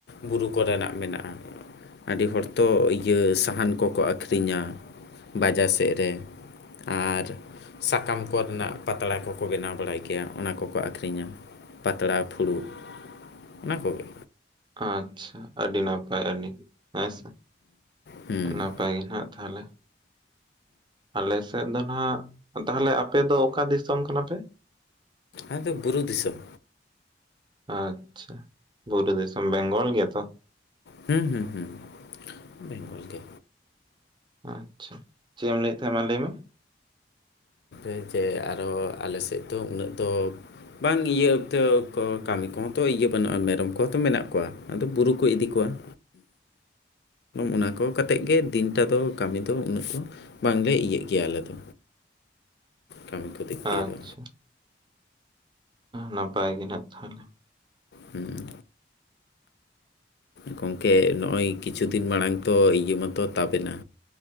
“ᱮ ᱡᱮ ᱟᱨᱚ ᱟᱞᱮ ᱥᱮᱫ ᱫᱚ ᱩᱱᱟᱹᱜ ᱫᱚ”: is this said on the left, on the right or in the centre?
Left